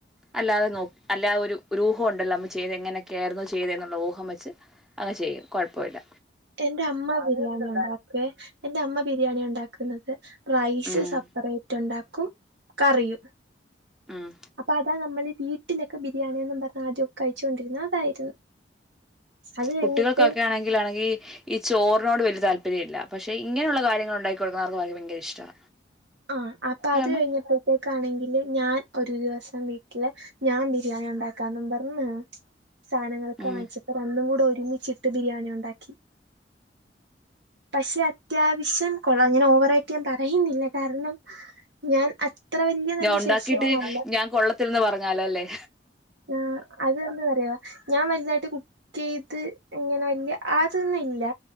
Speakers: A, in the centre; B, on the right.
A: അല്ലാതെ നോ അല്ലാതെ ഒരു ഒരു ഊഹണ്ടല്ലൊ ചെയ്ത് ഇങ്ങനെക്കായിരുന്നു ചെയ്തെന്ന്ള്ള ഊഹം വെച്ച് അങ്ങ് ചെയ്യും കൊഴപ്പല്ല
B: എന്റെ അമ്മ ബിരിയാണി ഉണ്ടാക്കെ എന്റെ അമ്മ ബിരിയാണി ഉണ്ടാക്ക്ന്നത് റൈസ്
A: ഉം
B: സപ്പ്റേറ്റുണ്ടാക്കും കറിയും
A: ഉം
B: അപ്പൊ അതാ നമ്മളീ വീട്ട്ലൊക്കെ ബിരിയാണിയൊന്നും ഉണ്ടാക്ക ആദ്യൊക്കെ കഴിച്ചോണ്ട്ര്ന്നെ അതായിരുന്നു അത് കഴിഞ്ഞിട്ട്
A: കുട്ടികൾക്കൊക്കെ ആണെങ്കിലാണെങ്കി ഈ ചോറിനോട് വല്യ താല്പര്യല്ല പക്ഷെ ഇങ്ങനുള്ള കാര്യങ്ങള് ഉണ്ടാക്കി കൊടുക്കുന്നത് അവർക്ക് ഭയ ഭയങ്കര ഇഷ്ടാ
B: അത് അപ്പൊ അത്
A: കാരണം
B: ഴിഞ്ഞപ്പൊഴത്തെക്കാണെങ്കില് ഞാൻ ഒ ഒരു ദിവസം വീട്ട്ല് ഞാൻ ബിരിയാണി ഉണ്ടാക്കാന്നും പറണ് സാനങ്ങളൊക്കെ
A: ഉം
B: വാങ്ങിച്ചപ്പൊ രണ്ടും കൂടെ ഒരുമിച്ചിട്ട് ബിരിയാണി ഉണ്ടാക്കി പഷെ അത്യാവശ്യം കൊള്ള ഇങ്ങനെ ഓവറായിട്ട് ഞാ പറയുന്നില്ല കാരണം ഞാൻ അത്ര വല്യ നല്ല
A: ഞാൻ ഉണ്ടാക്കിയിട്ട്
B: ഷെഫൊന്നല്ല
A: ഞാൻ കൊള്ളത്തില്ലെന്ന് പറഞ്ഞാലോ അല്ലേ
B: ആഹ് അതെന്ത് വരയുവ ഞാൻ വല്തായിട്ട് കുക്കീത് ഇങ്ങനെ വല്യ ആതൊന്നും ഇല്ല